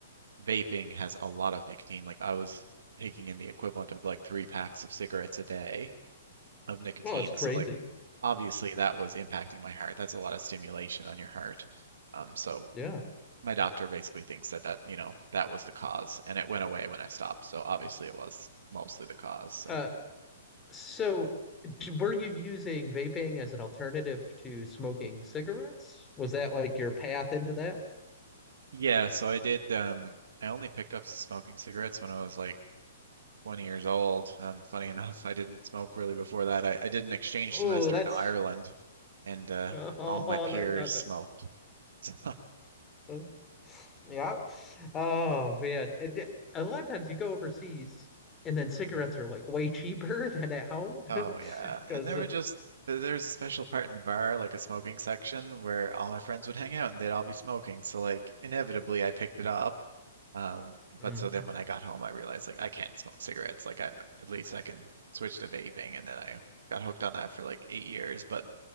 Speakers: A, on the right; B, on the left.
A: vaping has a lot of nicotine. Like I was taking in the equivalent of like three packs of cigarettes a day of nicotine.
B: Well, that's crazy.
A: So like
B: <laughs>
A: obviously that was impacting my heart. That's a lot of stimulation on your heart. Um, so
B: Yeah.
A: my doctor basically thinks that that, you know, that was the cause and it went away when I stopped. So obviously it was mostly the cause. So
B: Uh, so d were you using vaping as an alternative to smoking cigarettes? Was that like your path into that?
A: yeah, so I did um I only picked up smoking cigarettes when I was like 20 years old. Um, funny <laughs> enough, I didn't smoke really before that. I, I did an exchange
B: Oh,
A: semester
B: that's
A: in Ireland and
B: <laughs>
A: uh,
B: oh,
A: all my peers
B: that doesn't.
A: smoked. <laughs> So,
B: Oh, Yeah. Oh man. And uh, a lot of times you go overseas and then cigarettes
A: mm,
B: are like way cheaper <laughs> than at home
A: oh
B: <laughs>
A: yeah,
B: because
A: and there were just th- there was a special part in the bar, like a smoking section, where all my friends would hang out and they'd all be smoking. So like inevitably, I picked it up. Um,
B: mm-hmm.
A: but so then when I got home, I realized like I can't smoke cigarettes. Like I at least I can switch to vaping, and then I got hooked on that for like eight years. But